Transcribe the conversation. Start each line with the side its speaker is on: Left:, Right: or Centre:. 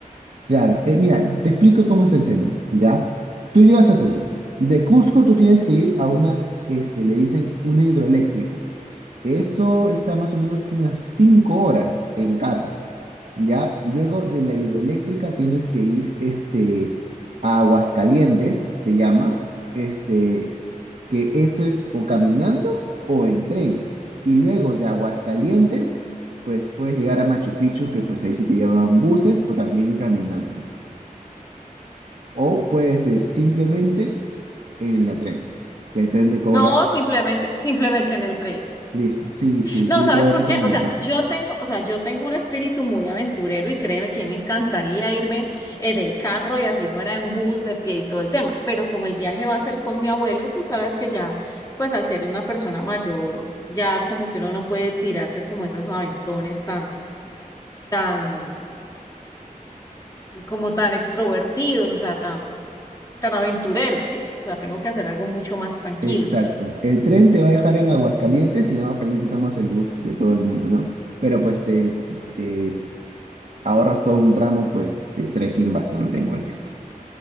Right: Claro, eh, mira, te explico cómo es el tema, ¿ya? Tú llegas a Cusco. De Cusco tú tienes que ir a una, este, le dicen una hidroeléctrica. Eso está más o menos unas cinco horas en carro. Ya, luego de la hidroeléctrica tienes que ir este, a Aguascalientes, se llama, este, que eso es o caminando o en tren. Y luego de Aguascalientes, pues puedes llegar a Machu Picchu, que pues ahí sí te llaman buses o también caminando. O puede ser simplemente en el tren, que el tren te cobra.
Left: No, simplemente, simplemente en el tren.
Right: Listo, sí, sí,
Left: No,
Right: sí,
Left: ¿sabes
Right: te lo
Left: por
Right: recomiendo.
Left: qué? O sea, yo tengo, o sea, yo tengo un espíritu muy aventurero y créeme que a mí me encantaría irme eh, del carro y así fuera en bus, de pie y todo el tema, pero como el viaje va a ser con mi abuelo, tú sabes que ya, pues al ser una persona mayor, ya como que uno no puede tirarse como esos aventones tan, tan, como tan extrovertidos, o sea, tan, tan aventureros, ¿sí? O sea, tengo que hacer algo mucho más tranquilo.
Right: Exacto. El tren te va a dejar en Aguascalientes y en Aguascalientes tomas el bus de todo el mundo, ¿no? Pero pues te, te ahorras todo un tramo pues de trekking bastante molesto.